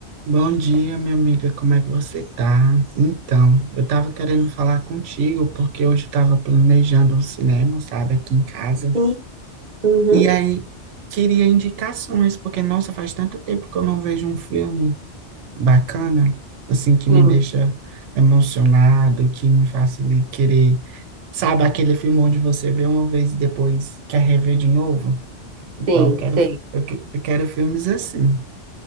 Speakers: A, on the right (about 80°); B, on the right (about 50°).
A: Bom dia, minha amiga, como é que você tá? Então, eu tava querendo falar contigo porque hoje eu tava planejando um cinema, sabe, aqui em casa.
B: Sim, uhum.
A: E aí queria indicações, porque nossa, faz tanto tempo que eu não vejo um filme bacana, assim que
B: Sim,
A: me deixa emocionado, que me faça ali querer, sabe, aquele filme onde você vê uma vez e depois quer rever de novo. Então,
B: sim,
A: eu quero
B: sei.
A: eu que- eu quero filmes assim.